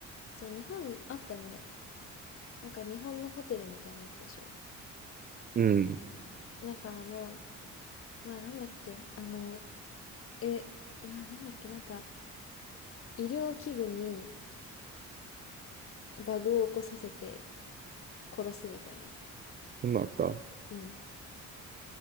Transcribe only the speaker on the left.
じゃあ日本あったね。なんか日本のホテルみたいなやつでしょ。
なんかあの、うわ、なんだっけあの、え、うわ、なんだっけなんか医療器具にバグを起こさせて殺すみたいな。
うん。